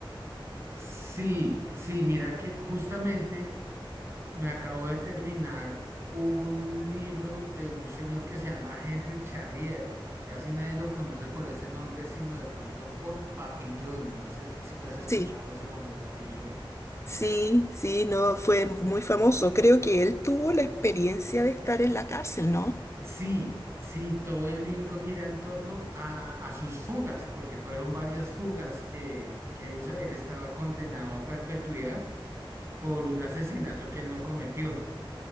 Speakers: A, on the right (about 30°); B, on the left (about 30°).
A: Sí, sí, mira que justamente me acabo de terminar un libro de un señor que se llama Henry Charrier. Casi nadie lo conoce por ese nombre, sino de pronto por Papillón. No sé tú- si tú has escuchado
B: Sí,
A: ese nombre, Papillón.
B: sí, sí, no, fue muy famoso. Creo que él tuvo la experiencia de estar en la cárcel, ¿no?
A: Sí, sí, todo el libro gira en torno a, a sus fugas, porque fueron varias fugas que, que hizo. Él estaba condenado a perpetuidad por un asesinato que él no cometió.